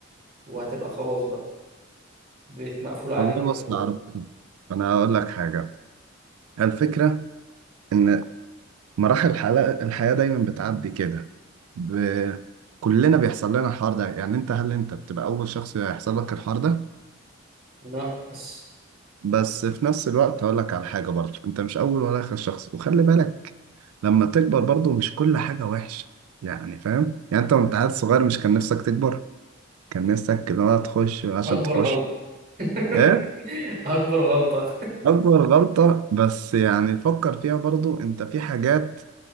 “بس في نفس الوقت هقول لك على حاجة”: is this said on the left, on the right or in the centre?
Right